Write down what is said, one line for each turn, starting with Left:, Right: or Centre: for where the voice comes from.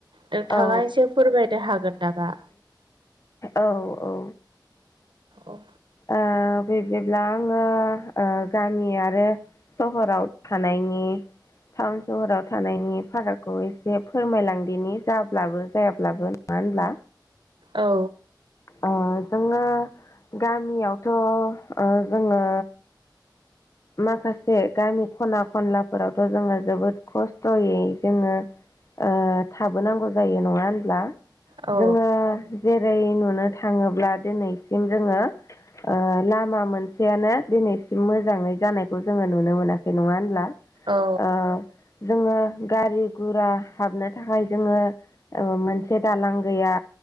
Right: नोंथाङा
Left: औ
Right: एसे फोरमायनो हागोन नामा?
Left: औ ओ
Right: औ।
Left: आ बिब्दिब्ला आङो आ गामि आरो सहराव थानायनि टाउन सहराव थानायनि फारागखौ एसे फोरमायलांदिनि जाब्लाबो जायाब्लाबो ओनब्ला
Right: औ।
Left: आ जोङो गामियावथ' ओ जोङो माखासे गामि ख'ना खनलाफोरावथ' जोङो जोबोद खस्थ'यै जोङो ओ थाबोनांगौ जायो नङा होनब्ला।
Right: औ
Left: जोङो जेरै नुनो थाङोब्ला दिनैसिम जोङो ओ लामा मोनसेयानो दिनैसिम मोजाङै जानायखौ जोङो नुनो मोनाखै नङा होनब्ला।
Right: औ
Left: ओ जोङो गारि गुरा हाबनो थाखाय जोङो ओ मोनसे दालां गैया।